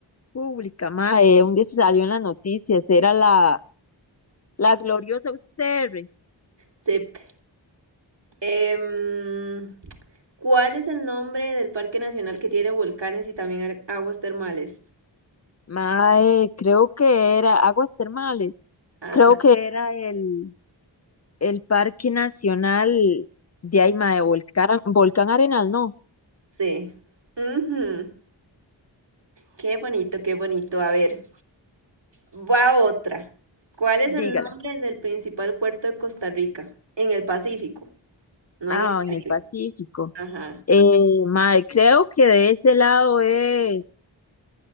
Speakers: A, on the left; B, on the right.
A: pública, mae, un día se salió en las noticias, era la, la gloriosa UCR,
B: Sip. Em, ¿cuál es el nombre del parque nacional que tiene volcanes y también ar- aguas termales?
A: mae, creo que era Aguas Termales,
B: Ajá,
A: creo que era el, el Parque Nacional de ahí, mae, Volcán, Volcán Arenal, no,
B: sí. Ujú. Qué bonito, qué bonito. A ver, va otra. ¿Cuál es
A: dígala.
B: el nombre del principal puerto de Costa Rica? En el Pacífico, no
A: Ah,
B: en el
A: en
B: Caribe.
A: el Pacífico.
B: Ajá.
A: Eh, mae, creo que de ese lado es